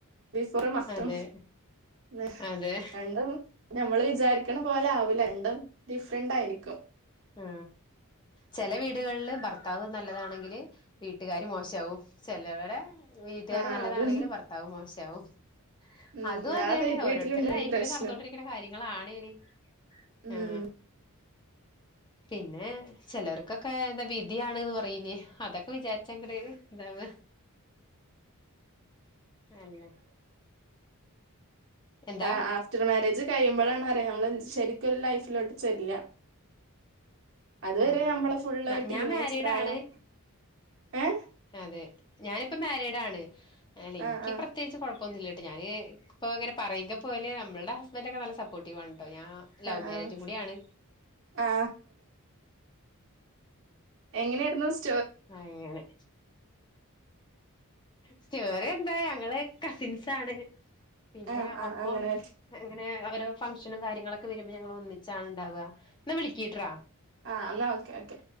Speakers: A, on the right (about 60°); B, on the left (about 20°).
A: <unintelligible> പിന്നെ
B: അതെ അതെ
A: രണ്ടും ഞമ്മൾ വിചാരിക്ക ക്കണ പോലാവൂല ണ്ടും ഡിഫ്രന്റ് ആയിരിക്കും
B: ആ ചെല വീടുകളില് ഭർത്താവ് നല്ലതാണെങ്കില് വീട്ടുകാര് മോശമാവും ചിലവടേ വീട്ടുകാര്
A: ആ
B: നല്ലതാണെങ്കിൽ
A: അത്
B: ഭർത്താവു മോശമാവും.
A: ഉം
B: അതും
A: ഞാൻ
B: അതെ
A: വീട്ടിലുണ്ടൊരു
B: ഓരോരുത്തരു ലൈഫില്
A: പ്രശ്നം
B: നടന്നോണ്ടിരിക്കുന്ന കാര്യങ്ങളാണെനി
A: ഉം
B: ആ. പിന്നെ ചിലവർക്കൊക്കെ എന്താ വിധി ആണെന്ന് പറയില്ലേ അതൊക്കെ വിചാരിച്ചാങ്ങട എന്താവ അല്ല എന്താ
A: ആഹ് അഹ് ആഫ്റ്റർ മാരേജ് കഴിയുമ്പളാണ് അറി നമ്മള്ൽ ശെരിക്കൊരു ലൈഫിലോട്ട് ചെല്ല അതുവരെ
B: ആഹ്
A: നമ്മള് ഫുള്ള് ടീനേജ്
B: ഞാൻ മാരീഡാണ്
A: പ്രായം ഏ
B: അതെ ഞാനിപ്പ മാരേഡ്‌ ആണ് അലെയ് ഇൻക്ക്
A: ആ ആ
B: പ്രത്യേകിച്ച് കൊഴ് ഒന്നുല്ല ട്ടോ ഞാൻ ഇപ്പോ ഇങ്ങനെ പറയിങ്ക പോലെ അമ്മൾടെ ഹസ്ബെന്റൊക്കെ നല്ല സപ്പോർട്ടീവാണ് ട്ടോ ഞാൻ ലവ്വ്
A: ആ
B: മാരേജും
A: ആ
B: കൂടി ആണ്
A: ആ എങ്ങനെ ആയിരുന്നു സ്
B: അയ്ങ്ങനെ സ്റ്റോറി എന്താ ഞങ്ങള് കസിൻസാണ് പിന്നെ
A: ആ ആ
B: ഒപ്പം
A: അങ്ങനെ
B: എങ്ങനെ അഹ് ഓ ഫംഗ്ഷനും കാര്യങ്ങളൊക്കെ വരുമ്പോ ഞങ്ങള് ഒന്നിച്ചാണ് ഇണ്ടാവ ന്നാ വിളിക്കീട്ട്രാ
A: ആഹ് അന്നാ ഓക്കെ ഓക്കെ